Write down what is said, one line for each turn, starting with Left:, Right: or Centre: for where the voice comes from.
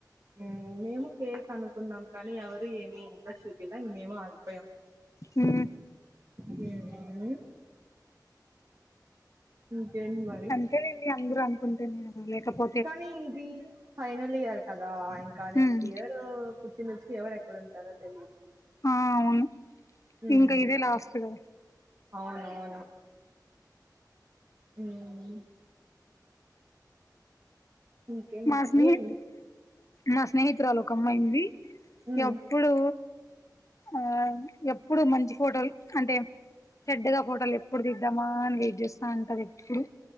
Right: ఉ మేము కేక్ అనుకున్నాం కానీ ఎవరు ఏమి ఇంట్రెస్ట్ చూపిలా ఇంగ్ మేము ఆగిపోయాం హ
Left: హూ
Right: నేను కాదు ఇంకేంటి మరి
Left: అంతేలేండి అందరు అనుకుంటే నేను లేకపో
Right: కానీ ఇది ఫైనల్ ఇయర్ కదా ఇంకా నెక్స్ట్
Left: ఉమ్
Right: ఇయర్ పుట్టిన్ రోజ్కి ఎవరెక్కడుంటారో తెలీదు
Left: ఆ అవును
Right: హ్మ్
Left: ఇంకా ఇదే లాస్ట్ కదా
Right: అవునవును మ్మ్ ఇంకేం
Left: మా స్నేహి
Right: ఏం
Left: మా స్నేహితురాలు ఒక అమ్మాయి ఉంది
Right: ఉమ్
Left: ఎప్పుడు ఆ ఎప్పుడు మంచి ఫోటోలు అంటే చెడ్డగా ఫోటలు ఎప్పుడు తీద్దామా అని వెయిట్ చేస్తా ఉంటది ఎప్పుడు